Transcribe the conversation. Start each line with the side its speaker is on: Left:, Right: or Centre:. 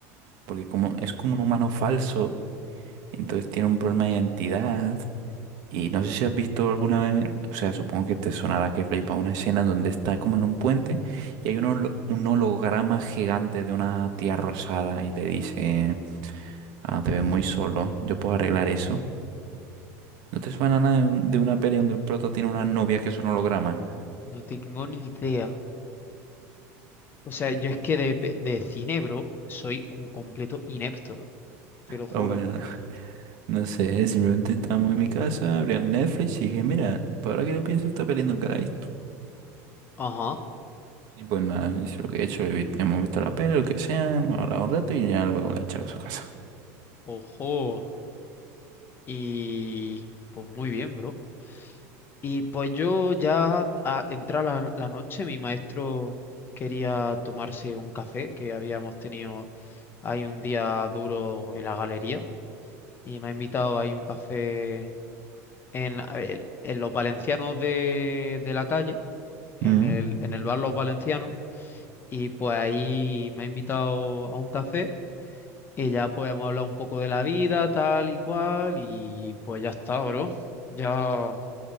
Right: porque como es como un humano falso, entonces tiene un problema de identidad. Y no sé si has visto alguna vez, o sea, supongo que te sonará que flipa una escena donde está como en un puente y hay un, holo- un holograma gigante de una tía rosada y le dice, ah, te ves muy solo, yo puedo arreglar eso. ¿No te suena nada de, un- de una peli donde el prota tiene una novia que es un holograma?
Left: No tengo ni idea. O sea, yo
Right: Bueno,
Left: es que de, de cine, bro, soy un completo inepto, te lo juro.
Right: O bueno, no sé, simplemente estábamos en mi casa, abrí el Netflix y dije, mira, por ahora que lo pienso, esta peli nunca la he visto.
Left: Ajá,
Right: Y pues nada, eso es lo que he hecho, he vi- hemos visto la peli, lo que sea, hemos hablado un rato y ya luego la he echado a su casa.
Left: ojo. Y pues muy bien, bro. Y pues yo ya a entrar la, la noche, mi maestro quería tomarse un café, que habíamos tenido ahí un día duro en la galería, y me ha invitado ahí un café en, a ver, en los valencianos de, de la calle, en
Right: Mm.
Left: el, en el bar Los Valencianos, y pues ahí me ha invitado a un café. Y ya pues hemos hablado un poco de la vida, tal y cual, y pues ya está, bro. Ya